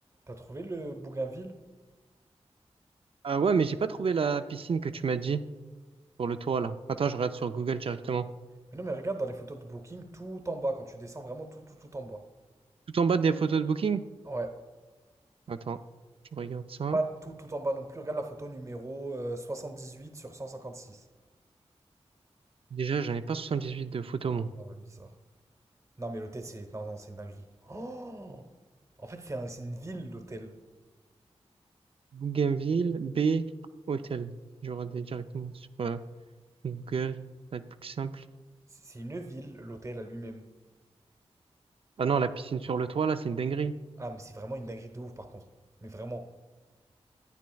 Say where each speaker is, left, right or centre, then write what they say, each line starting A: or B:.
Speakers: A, on the right (about 25°); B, on the right (about 55°).
A: T'as trouvé le Bougainville?
B: Ah ouais, mais j'ai pas trouvé la piscine que tu m'as dit pour le toit là. Attends, je regarde sur Google directement.
A: Mais non, mais regarde dans les photos de Booking, tout en bas, quand tu descends vraiment tout, tout, tout en bas.
B: Tout en bas des photos de Booking?
A: Ouais,
B: Attends, je regarde ça.
A: pas tout, tout en bas non plus. Regarde la photo numéro euh, huit sur 156.
B: Déjà, j'en ai pas 78 de photos, moi.
A: Ah ouais, bizarre. Non, mais l'hôtel, c'est non, non, c'est une dinguerie. Oh! En fait, c'est un- c'est une ville, l'hôtel.
B: Bougainville, B, hôtel. Je regarde directement sur euh, Google. Ça va être plus simple.
A: C'est c'est une ville, l'hôtel à lui-même.
B: Ah non, la piscine sur le toit là, c'est une dinguerie.
A: Ah, mais c'est vraiment une dinguerie de ouf, par contre. Mais vraiment.